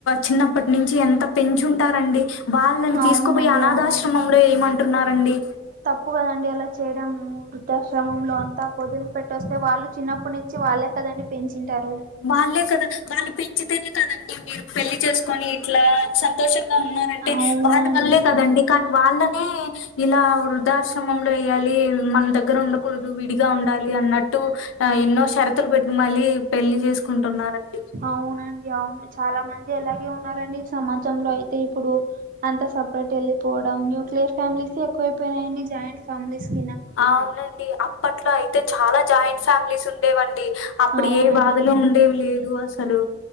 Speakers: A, on the left; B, on the right.
A: చిన్నప్పటి వ నుంచి ఎంత పెంచుంటారండి వాళ్ళని
B: అవునండి
A: తీసుకుపోయి అనాథాశ్రమంలో
B: అవును
A: ఏయమంటున్నారండి
B: ప్పు కదండి అలా చేయడము, వృద్ధాశ్రమంలో అంతా పొదిలి పెట్టొస్తే వాళ్ళు చిన్నప్పటి నుంచి వాళ్ళే కదండి పెంచింటారు
A: వాళ్ళే కదా వాళ్ళు పెంచితేనే కదండి మీరు పెళ్లి చేసుకొని ఇట్లా సంతోషంగా ఉన్నారంటే
B: అవునండి
A: వాళ్ళ వల్లే కదండి కనీ వాళ్ళనే ఇలా వృద్ధాశ్రమంలో ఎయ్యాలి మన దగ్గర ఉండకూడదు విడిగా ఉండాలి అన్నట్టు ఎన్నో షరతులు పెట్టి మలీ పెళ్లి చేసుకుంటున్నారండి
B: అవునండి అవును చాలా మంది అలాగే ఉన్నారండి సమాజంలో అయితే ఇప్పుడు అంత సపరేట్ ఎళ్లిపోవడం న్యూక్లియర్ ఫ్యామిలీసే ఎక్కువైపోయినయండి జాయింట్ ఫ్యామిలీస్ గిన
A: అవునండి అప్పట్లో అయితే చాలా జాయింట్ ఫ్యామిలీస్ ఉండేవండి అప్పుడు
B: అవునండి
A: ఏ బాధలు ఉండేవి లేదు అసలు,